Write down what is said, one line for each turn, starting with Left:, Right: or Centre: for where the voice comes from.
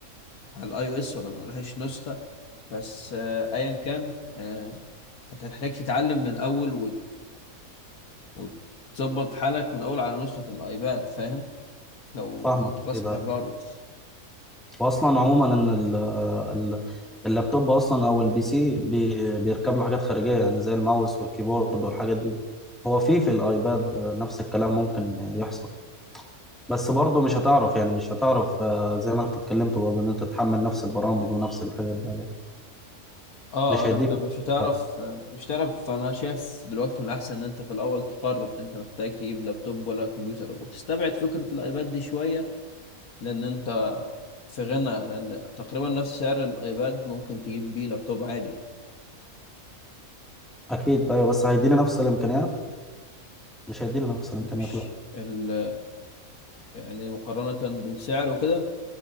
Left: على الاي او اس ولا ما لهاش نسخه بس آه، ايا كان آه، انت هتحتاج تتعلم من الاول وت... وتظبط حالك من الاول على نسخه الايباد فاهم لو
Centre: فاهمك
Left: لو انت خلاص
Centre: ايه ده
Left: قررت
Centre: واصلا عموما ان ال ال اللابتوب اصلا او البي سي بي بيركب له حاجات خارجيه يعني زي الماوس والكيبورد والحاجات دي هو في في الايباد نفس الكلام ممكن يحصل بس برضه مش هتعرف يعني مش هتعرف آه، زي ما انت اتكلمت برضه ان انت تحمل نفس البرامج ونفس الحاجات دي عليه
Left: اه
Centre: مش هيديك
Left: انت مش
Centre: نفس الكفاءة
Left: هتعرف آه، مش هتعرف انا شايف دلوقتي من الاحسن ان انت في الاول تقرر انت محتاج تجيب لابتوب ولا كمبيوتر وتستبعد فكره الايباد دي شويه لان انت في غنى لان تقريبا نفس سعر الايباد ممكن تجيب بيه لابتوب عادي
Centre: اكيد ايوه بس هيديني نفس الامكانيات مش هيدينا نفس الامكانيات
Left: مش
Centre: لا
Left: ال... يعني مقارنة بالسعر وكده